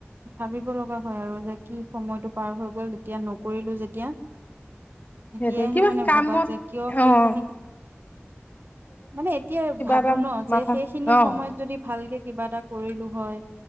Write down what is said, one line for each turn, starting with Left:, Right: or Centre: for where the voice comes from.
Right: ভাবিব লগা হয় আৰু যে কি সময়টো পাৰ হৈ গ'ল এতিয়া নকৰিলোঁ যেতিয়া।
Left: সেইটোৱে,
Right: এতিয়াহে
Left: কিবা
Right: মানে
Left: কামত
Right: ভবা যে কিয়
Left: আহ
Right: সেইখিনি
Left: অঁ
Right: মানে এতিয়া ভাবোঁ
Left: এটা
Right: ন, যে
Left: মাথা
Right: সেইখিনি
Left: অ
Right: সময়ত যদি ভালকে কিবা এটা কৰিলোঁ হয়,